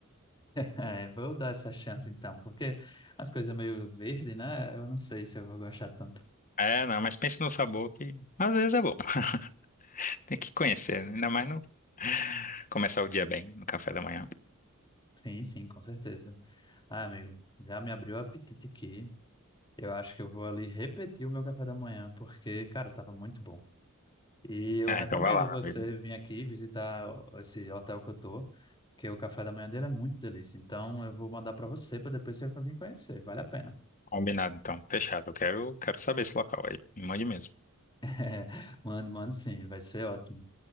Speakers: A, on the left (about 20°); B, on the left (about 40°).
A: É, vou dar essa chance então, porque as coisas meio verde, né? Eu não sei se eu vou gostar tanto.
B: É, não, mas pense no sabor que às vezes é bom. <laughs> Tem que conhecer, né? Ainda mais no começar o dia bem, no café da manhã.
A: Sim, sim, com certeza. Ah, amigo, já me abriu o apetite aqui. Eu acho que eu vou ali repetir o meu café da manhã, porque, cara, tava muito bom. E eu
B: É,
A: recomendo
B: então vai lá,
A: você
B: meu amigo.
A: vir aqui visitar o- esse hotel que eu tô, que o café da manhã dele é muito delícia. Então, eu vou mandar pra você para depois você vir conhecer. Vale a pena.
B: Combinado, então. Fechado. Eu quero, quero saber esse local aí. Me mande mesmo.
A: <laughs> Mano, mano, sim, vai ser ótimo.